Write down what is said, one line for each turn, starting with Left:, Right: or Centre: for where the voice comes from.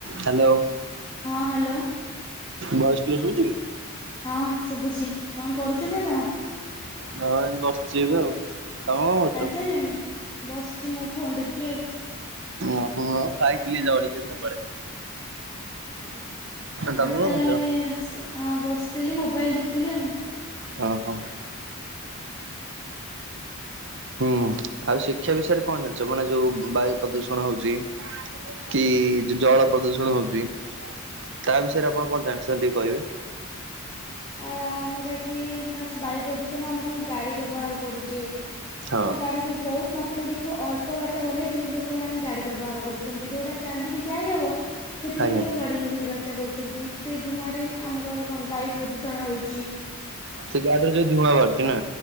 Right: Hello.
Left: ହଁ hello.
Right: Voice clear ଶୁଭୁଚି?
Left: ହଁ ଶୁଭୁଚି। କଣ କରୁଛନ୍ତି ଆପଣ?
Right: ହଁ ଏମିତି ବସ୍ଚି ଏବେ ଆଉ। ତମେ କଣ କରୁଛ?
Left: ଖାଇ ସାଇଲେଣି? ବସ୍ଚି ମୁଁ ଫୋନ୍ ଦେଖୁଛି ଆଉ।
Right: ଓହୋ। ହଁ ଖାଇଥିଲି ଜଳଖିଆ ସକାଳେ।
Left: ଆଁ ହଁ
Right: ତମେ
Left: ଆଜି
Right: କଣ
Left: ତାହେଲେ
Right: ଖାଇଛ?
Left: ଆମେ, ସ୍ ହଁ ବସିଥିଲି ମୋବାଇଲ୍ ଦେଖୁଥିଲି ଆଉ।
Right: ଆ ହଁ। ହୁଁ ଆଉ ଶିକ୍ଷା ବିଷୟରେ କଣ ଜଣିଛ? ମାନେ ଯୋଉ ବାୟୁ ପ୍ରଦୂଷଣ ହଉଛି? କି ଯୋ ଯୋଉ ଜଳ ପ୍ରଦୂଷଣ ହେଉଛି? ତା ବିଷୟରେ ଆପଣ କଣ ଜାଣିଛନ୍ତି ଟିକେ କହିବେ?
Left: ଆ ଆମର ଏଠି ଫାଷ୍ଟ୍ ବାୟୁ ପ୍ରଦୂଷଣ ଆମେ ଯୋଉ ଗାଡ଼ି ବ୍ୟବହାର କରୁଚେ
Right: ହଁ
Left: ତା ଗାଡ଼ି ରୁ ବୋହୁତ୍ ମାତ୍ ରେ ବି ଦେଖିବ ଅଳ୍ପ ବାଟ ଗଲେ ବି ଲୋକମାନେ ଗାଡି ବ୍ୟବହାର କରୁଛନ୍ତି, ଯୋଉଟା ଚାଲିକି ଯାଇହବ ସେଠିକି
Right: ଆଜ୍ଞା
Left: ବି ଲୋକ ଗାଡି ନେଇକି ଯିବା ଆସିବା କରୁଛନ୍ତି। ସେ ଧୂଆଁରେ ଆମର କଣ ବାୟୁ ପ୍ରଦୂଷଣ ହଉଛି।
Right: ସେ ଗାଡିରୁ ଯୋଉ ଧୂଆଁ ବାହାରୁଛି ନା।